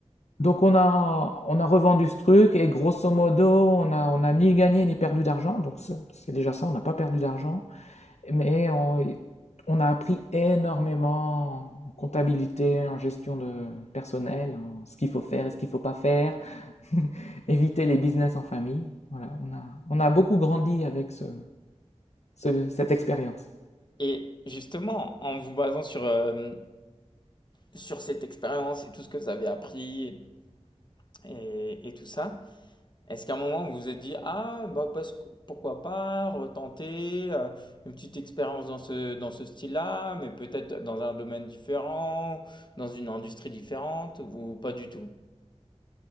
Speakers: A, on the left; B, on the left.
A: Donc on a, on a revendu ce truc et grosso modo, on n'a on a ni gagné ni perdu d'argent. Donc c'est c'est déjà ça, on n'a pas perdu d'argent. Mais on, on a appris énormément en comptabilité, en gestion de personnel, en ce qu'il faut faire et ce qu'il ne faut pas faire, <laughs> éviter les business en famille. Voilà, on a, on a beaucoup grandi avec ce- ce- cette expérience.
B: Et justement, en vous basant sur, euh, sur cette expérience et tout ce que vous avez appris et, et tout ça, Est-ce qu'à un moment, vous vous êtes dit, ah, bah, parce que- pourquoi pas retenter euh, une petite expérience dans ce, dans ce style-là, mais peut-être dans un domaine différent, dans une industrie différente, ou pas du tout?